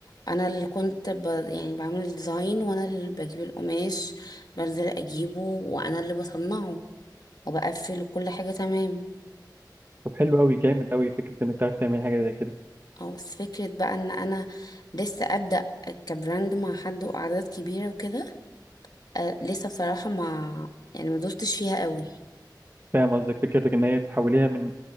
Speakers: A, on the left; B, on the right.
A: انا اللي كنت ب... يعني بعمل الديزاين وانا اللي بجيب القماش بنزل اجيبه وانا اللي بصنعه وبقفل كل حاجه تمام
B: طب حلو قوي جامد قوي فكره انك تعرفي تعملي حاجه زي كده
A: اه بس فكره بقى ان انا لسه ابدا كبراند مع حد واعداد كبيره وكده أه لسه بصراحه ما يعني ما دوستش فيها قوي
B: فاهم قصدك فكرتك ان هي تحوليها من